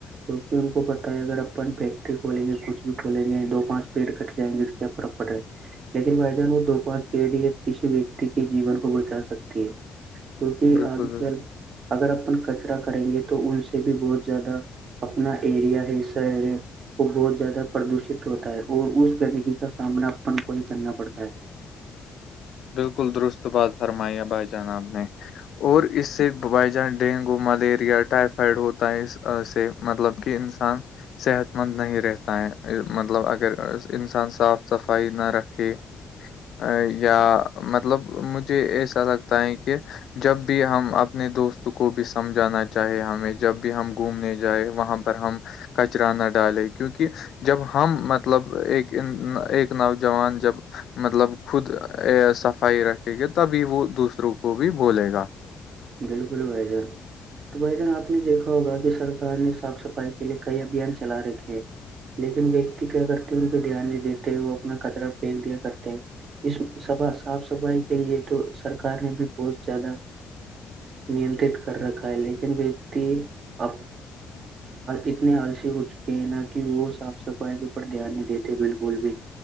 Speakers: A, on the right; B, on the left.
A: توکہ ان کو پ بتا اگر اپن فیکٹری کھولیں گے کچھ بھی کھولیں گے دو پانچ پیڑ کٹ جائیں گے تو کیا فرق پڑ رہا ہے لیکن وائیدان وہ دو پانچ پیڑ یا کسی ویکتی کے جیون کو بچا سکتی ہے کیونکہ
B: بالکل
A: آج
B: بالکل
A: کل اگر اپن کچرا کریں گے تو ان سے بھی بہت زیادہ اپنا ایریا ہے س وہ بہت زیادہ پردوشت ہوتا ہے اور اس گندگی کا سامنا اپن کو نہیں کرنا پڑتا ہے
B: <inaudible> بالکل درست بات فرمائییا بھائی جانب نے اور اس سے ببائی جہان ڈینگو ملیریا ٹائیفائیڈ ہوتا ہے اس سے مطلب کہ انسان صحت مند نہیں رہتا ہے مطلب اگر انسان صاف صفائی نہ رکھے ا یا مطلب مجھے ایسا لگتا ہے کہ جب بھی ہم اپنے دوست کو بھی سمجھانا چاہے ہمیں جب بھی ہم گھومنے جائیں وہاں پر ہم کچرا نہ ڈالیں کیونکہ جب ہم مطلب ایک ایک نوجوان جب مطلب خود صفائی رکھے گی تبھی وہ دوسروں کو بھی بولے گا
A: بالکل و تو بھ جان آپ نے دیکھا ہوگا کہ سرار نے صاف صفائی کے لیے کئی ابھیان چلا رکھے ہیں لیکن ویکتی کیا کرتے ہیں انہ دھیان نہیں دیتے ہیں وہ اپنا کچرا پھینک دیا کرتے ہیں اس سفا صاف صفائی کے لیے تو سرکار نے بھی بہت زیادہ نینترت کر رکھا ہے لیکن ویکتی ا اتنے آلسی ہو چکے ہیں نا کہ وہ صاف صفائی کے اوپ دھیان نہیں دیتے بالکل بھی